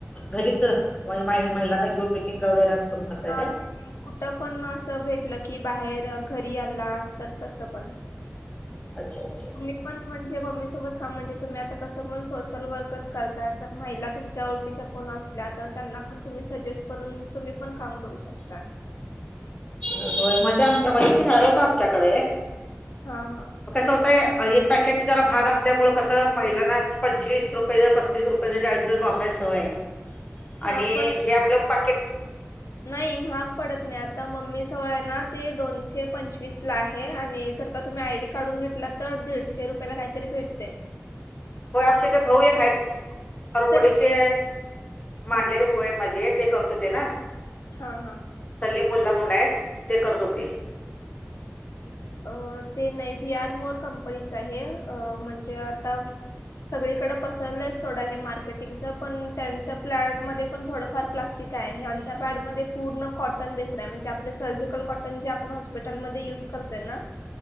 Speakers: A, on the left; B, on the left.
A: घरीच म्हजे महिलांना घेऊन मिटिंग वगैरे. करून करताय
B: हा
A: काय?
B: मीटिंग कुठं पण असं भेटलं की बाहेर घरी आला तर तसं पण
A: अच्छा, अच्छा
B: तुम्ही पण म्हणजे मम्मी सोबत कामतूम्ही आता कं पण सोशल वर्कच करताय तर महिला तुमच्याओळखच्या कोण असल्यास त्यांना पण तुम्ही सजे करून तुम्ही पण काम करू शकता.
A: हो. मध्ये आमच्या <unintelligible> राड होत आमच्याकडे एक
B: हा हा.
A: कसं होतंय आणि हे पॅकेट जरा महाग असल्यामुळ कसं महिलांना पंचवीस रुपये जर तीस रुपये चाळीस रुप्येचं वापरायची सवयए.
B: हा
A: आणि
B: पण
A: जे आपलं पाकेट.
B: नाही महाग पडत नाही. आत्ता मम्मी जवळ आहे ना ते दोनशे पंचवीस ला आहे. आणि जर- तुम्ही आयडी काढून घेतला तर दीडशे रुपयाला काहीतरी भेटतय.
A: हो. आपचे ते भाऊ एक आहेत <unintelligible>
B: तर
A: ते मानलेले
B: हा
A: भाउ आहेत माझे. ते करत होते ना?
B: हां. हां.
A: सलीम बल्ला मुंडाय ते करत होते.
B: अ ते नाही व्ही आर मोर कंपनीच आहे. म्हणजे आता- सगळीकडं पसरलंय सोडा हे मार्केटिंगच. पण त्यांच्या प्लॅड मध्ये पण थोडंफार प्लास्टिक- काय यांच्या पॅडमध्ये पूर्ण- कॉटन बेस्ड ए. म्हणजे आपलं सर्जिकल कॉटन जे आपण हॉस्पिटलमध्ये युज करतोय ना?